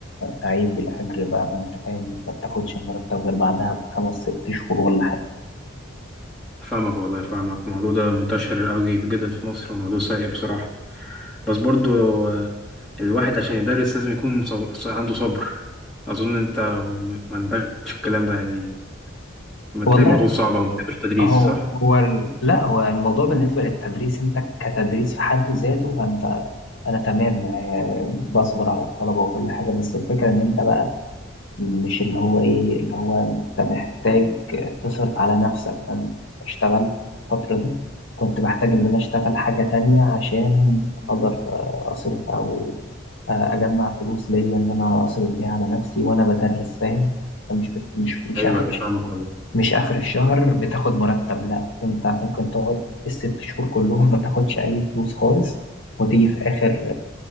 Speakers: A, on the left; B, in the centre.
A: تعيين بالأجر بقى ما أنت فاهم ما بتاخدش المرتب غير بعدها بخمس ست شهور ولا حاجة
B: فاهمك والله فاهمك الموضوع ده منتشر قوي جدا في مصر وموضوع سيء بصراحة بس برضو آه، الواحد عشان يدرس لازم يكون صب... ص- عنده صبر اظن انت ما عندكش الكلام ده يعني بتلاقي
A: والله
B: الموضوع صعب وما بتحبش التدريس
A: هو
B: صح
A: هو ال- لا هو الموضوع بالنسبة للتدريس انت كتدريس في حد ذاته فانت انا تمام آه، بصبر على الطلبة وكل حاجة بس الفكرة ان انت بقى مش اللي هو ايه اللي هو انت محتاج تصرف على نفسك فانا اشتغلت الفترة دي كنت بحتاج ان انا اشتغل حاجة تانية عشان اقدر آه، اصرف او آه، اجمع فلوس ليا ان انا اصرف بيها على نفسي وانا بدرس فاهم انت مش بت... مش مش
B: ايوه
A: اخر
B: ايوه فاهمك والله
A: مش اخر الشهر بتاخد مرتب لا انت ممكن تقعد الست شهور كلهم ما تاخدش اي فلوس خالص وتيجي في اخر